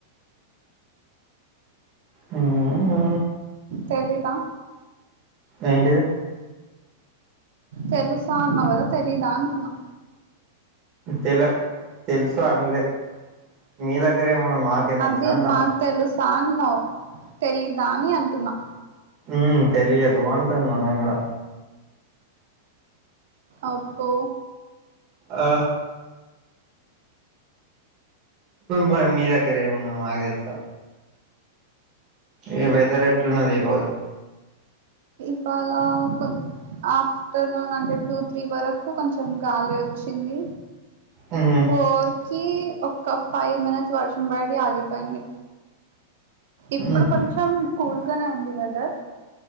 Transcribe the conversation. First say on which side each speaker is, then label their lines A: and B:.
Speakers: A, on the right (about 35°); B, on the right (about 70°).
A: ఉ ఊ
B: తెలీదా
A: ఏంటిది
B: తెలుసా అన్నావు కదా తెలీదా అంటున్నా
A: తెల్ తెలుసా అనలే మీ దగ్గర ఏమన్నా మాకేం తెలుసు
B: అదే
A: అంటున్నా
B: మాకు తెలుసా అన్నావ్ తెలీదా అని అంటున్నా
A: ఉ తెలియదు అంటున్నా నేను కూడా
B: అబ్బో
A: ఆ మరి మీ దగ్గర ఏమున్నదో మాకు తెలుసా. ఇగ వెదర్ ఎట్లున్నది ఈ రోజు.
B: ప్పాల కొం ఆ ఆఫ్టర్నూన్ అంటే టూ త్రీ వరకు కొంచెం గాలి వచ్చింది.
A: ఉమ్,
B: ఫోర్ కి ఒక్క ఫైవ్ మినిట్స్ వర్షం పడి ఆగిపోయింది. ఇప్పుడు
A: ఉమ్,
B: కొంచెం కూల్గనే ఉంది వెదర్.